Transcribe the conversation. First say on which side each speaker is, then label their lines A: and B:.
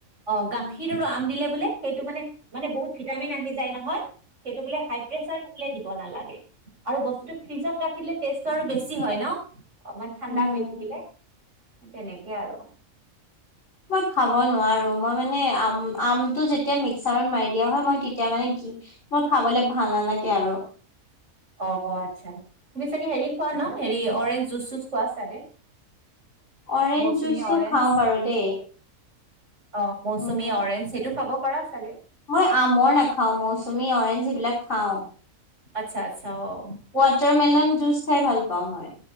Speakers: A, on the right (about 60°); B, on the left (about 65°).
A: অ গাখীৰ
B: উম
A: আৰু আম দিলে বোলে সেইটো মানে মানে বহুত ভিটামিন আহি যায় নহয় সেইটো বোলে হাই প্ৰেচাৰ থাকিলে দিব নালাগে। আৰু বস্তুটো ফ্ৰিজত ৰাখিলে টেষ্টটো আৰু বেছি হয় ন অলপমান ঠাণ্ডা
B: উম
A: হৈ থাকিলে। তেনেকে আৰু।
B: মই খাব নোৱাৰো মই মানে আম আমটো যেতিয়া মিক্সাৰত মাৰি দিয়া হয় মই তে তেতিয়া মানে মোৰ খাবলে ভাল নালাগে আৰু
A: অ আচ্ছা তুমি চাগে হেৰি খোৱা ন হেৰি অৰেঞ্জ জুচ চুচ খোৱা চাগে।
B: অৰেঞ্জ
A: মৌচুমী,
B: জুচটো
A: অৰেঞ্জ
B: খাও বাৰু দেই
A: অ মৌচুমী
B: উম
A: অৰেঞ্জ সেইটো খাব পাৰা চাগে।
B: মই আমৰ নাখাও মৌচুমী অৰেঞ্জ এইবিলাক খাও।
A: আচ্ছা, আচ্ছা অঁ।
B: ৱাটাৰ মেলন জুচ খাই ভাল পাওঁ, মই-